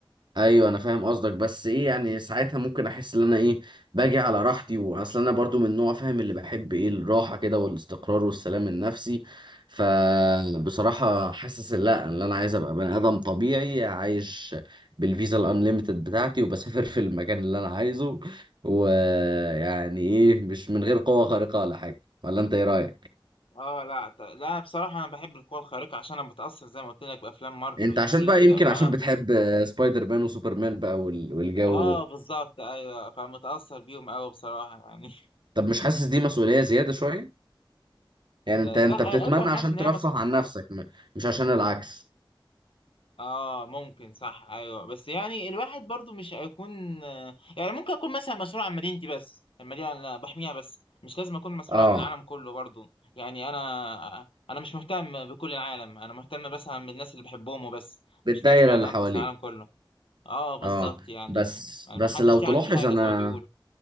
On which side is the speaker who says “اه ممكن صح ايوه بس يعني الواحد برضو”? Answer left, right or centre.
Left